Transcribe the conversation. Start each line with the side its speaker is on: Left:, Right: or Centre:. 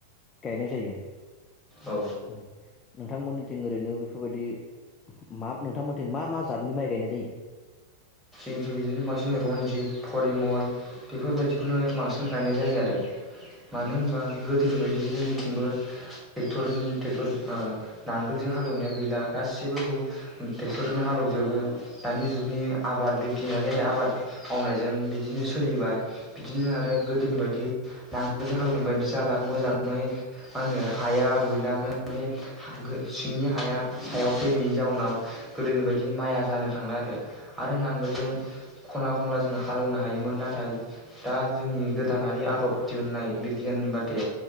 Left: गायनाय जायो
Centre: औ
Left: उम नोंथांमोननिथिं ओरैनो बेफोरबायदि मा नोंथांमोनथिं मा मा जातनि माइ गायनाय जायो?
Centre: जोंथिं बिदिनो बांसिन रनजित फरिमल बेफोरबायदिखौनो बांसिन गायनाय जायो आरो।
Left: जायो
Centre: मानो होनबा गोदोनि बायदि जों थिंबो टेक्टर टेक्टर ओ नांगोलजों हालेवनाया गैला गासैबो टेक्टरजोंनो हालेवजोबो दानि जुगनि आबाद <unintelligible> आबाद मावनायजों बिदिनो सोलिबाय बिदिनो आरो गोदोनि बायदि नांगोलजों हालेवनाय बायदि जाला मोजाङै मा होनो हाया रुइला मोजाङै सिंनि हाया हायाव फैनायनि जाउनाव गोदोनि बायदि माइया जानो थांला आरो। आरो नांगोलजों खना खनला जोंङो हालौनो हायोमोन नाथाय दा जोंनि गोदानारि आदब दिहुन्नाय बिगियाननि बाथे